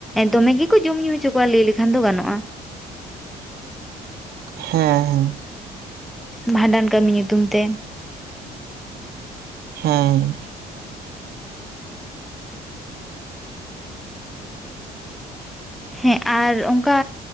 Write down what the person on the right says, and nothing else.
ᱦᱮᱸ ᱦᱮᱸ
ᱦᱮᱸ